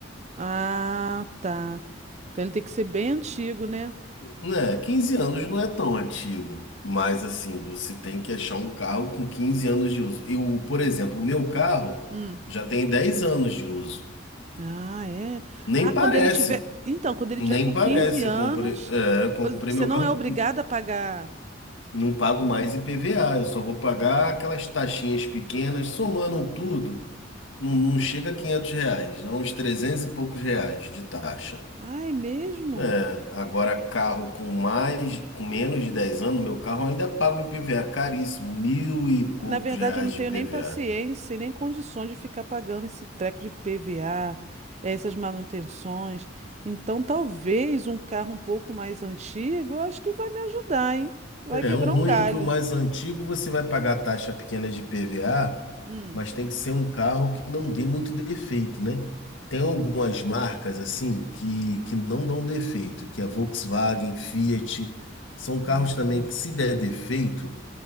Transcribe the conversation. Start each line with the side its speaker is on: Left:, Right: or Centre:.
Right: Ah, tá. Então ele tem que ser bem antigo, né?
Left: Né, 15 anos não é tão antigo, mas assim, você tem que achar um carro com 15 anos de uso. Eu, por exemplo, o meu carro
Right: Hum.
Left: já tem 10 anos de uso.
Right: Ah, é.
Left: Nem
Right: Ah,
Left: parece,
Right: quando ele tiver. Então, quando ele
Left: nem
Right: tiver com
Left: parece.
Right: 15 anos,
Left: Eu comprei, é, eu comprei
Right: você
Left: meu
Right: não
Left: carro,
Right: é obrigado a pagar.
Left: não pago mais IPVA, eu só vou pagar aquelas taxinhas pequenas, somando tudo, não, não chega a 500 reais, dá uns 300 e poucos reais de taxa.
Right: Ah, é mesmo?
Left: É, agora carro com mais, com menos de 10 anos, meu carro ainda paga o IPVA caríssimo, mil e poucos
Right: Na verdade,
Left: reais
Right: eu não tenho
Left: de IPVA.
Right: nem paciência e nem condições de ficar pagando esse treco de PVA, essas manutenções. Então, talvez um carro um pouco mais antigo, eu acho que vai me ajudar, hein? Vai
Left: É,
Right: quebrar
Left: um ruim
Right: um galho.
Left: é que o mais antigo você vai pagar taxa pequena de IPVA,
Right: Hum.
Left: mas tem que ser um carro que não dê muito defeito, né? Tem algumas marcas assim que, que não dão defeito, que é Volkswagen, Fiat, são carros
Right: Hum.
Left: também que se der defeito,